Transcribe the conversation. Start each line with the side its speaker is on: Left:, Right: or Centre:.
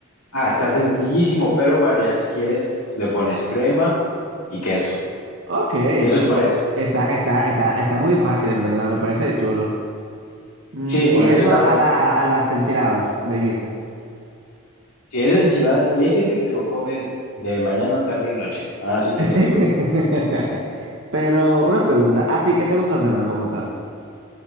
Left: ah, está sencillísimo, pero bueno, ya si quieres le pones crema y queso.
Right: Ok, pero
Left: Queso
Right: está,
Left: fresco.
Right: está, está, está, está muy fácil, en verdad, me parece chulo. Mm,
Left: Sí, por
Right: y
Left: eso
Right: eso
Left: está buenísimo.
Right: a la, a las enchiladas, me dijiste.
Left: Si es enchiladas, y hay gente que lo come de mañana, tarde y noche, así que
Right: <laughs>
Left: no te preocupes.
Right: Pero una pregunta, ¿a ti qué te gusta cenar como tal?